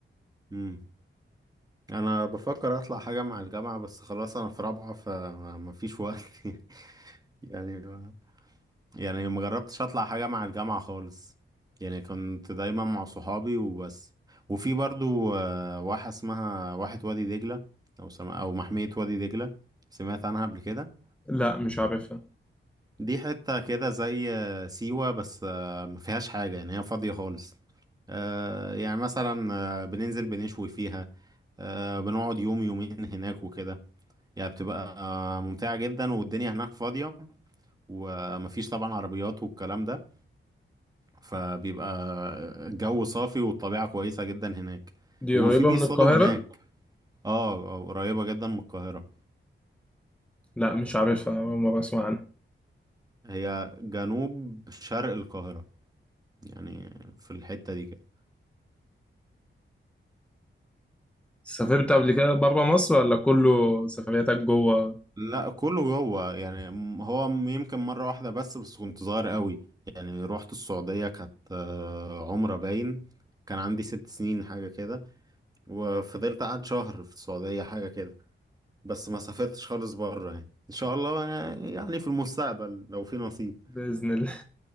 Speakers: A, on the right; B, in the centre.
A: امم انا بفكر اطلع حاجه مع الجامعه بس خلاص انا في رابعه فما فيش وقت <laughs> يعني ما- يعني ما جربتش اطلع حاجه مع الجامعه خالص يعني كنت دايما مع صحابي وبس وفي برضو آه، واحه اسمها واحه وادي دجله او سم... او محميه وادي دجله سمعت عنها قبل كده
B: لا مش عارفها
A: دي حتة كده زي سيوة بس آه، ما فيهاش حاجة يعني هي فاضية خالص آه، يعني مثلا آه، بننزل بنشوي فيها آه، بنقعد يوم يومين هناك وكده يعني بتبقى آه، ممتعة جدا والدنيا هناك فاضية ومفيش طبعا عربيات والكلام ده فبيبقى الجو صافي والطبيعة كويسة جدا هناك
B: دي
A: وفي
B: قريبه
A: بيصطادوا
B: من القاهره
A: هناك اه آه، قريبة جدا من القاهرة
B: لا مش عارفها أول مره اسمع عنها
A: هي جنوب شرق القاهرة يعني في الحتة دي كده
B: سافرت قبل كده بره مصر ولا كله سفرياتك جوه
A: لا كله جوه يعني م- هو م- يمكن مرة واحدة بس بس كنت صغير قوي يعني رحت السعودية كانت آه، عمرة باين كان عندي ست سنين حاجة كده وفضلت قعد شهر في السعودية حاجة كده بس ما سافرتش خالص بره يعني ان شاء الله يعني في المستقبل لو في نصيب
B: باذن الله